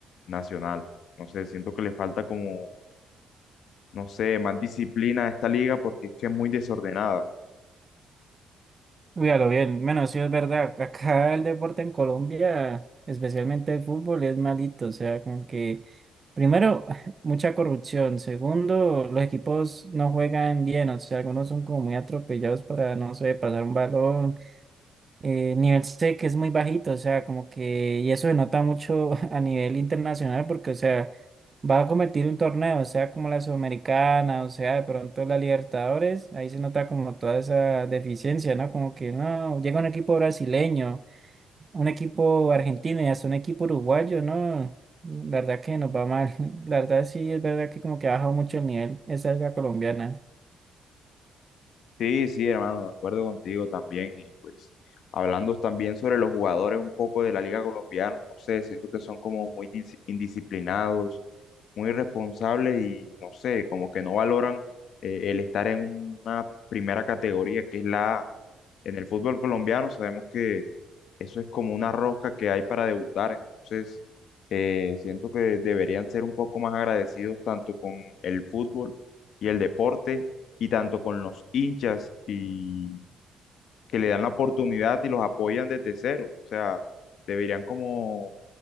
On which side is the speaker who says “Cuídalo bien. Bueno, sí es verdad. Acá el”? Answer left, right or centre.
Right